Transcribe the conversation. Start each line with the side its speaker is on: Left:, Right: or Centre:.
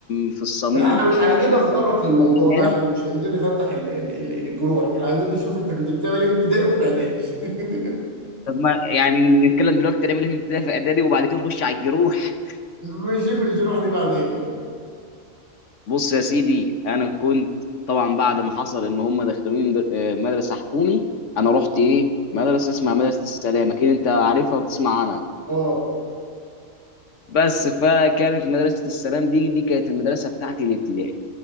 Left: في الصميم
Right: لا احنا مش عايزين
Left: احنا
Right: نتطرق
Left: زمان
Right: للموضوع
Left: زمان-
Right: ده عشان مش عايزين نفتح ال- ال- ال- الجروح احنا عايزين نشوف انت كنت بتعمل ايه في ابتدائي وفي اعدادي <laughs>
Left: طب ما يعني نتكلم دلوقتي نعمل ايه في ابتدائي في اعدادي وبعد كده نخش على الجروح
Right: نشوف الجروح دي بعدين
Left: بص يا سيدي انا كنت طبعا بعد ما حصل ان هم دخلوني مد- آه، مدرسه حكومي انا رحت ايه مدرسه اسمها مدرسه السلام اكيد انت عارفها وبتسمع عنها
Right: اه
Left: بس فكانت مدرسه السلام دي دي كانت المدرسه بتاعتي الابتدائي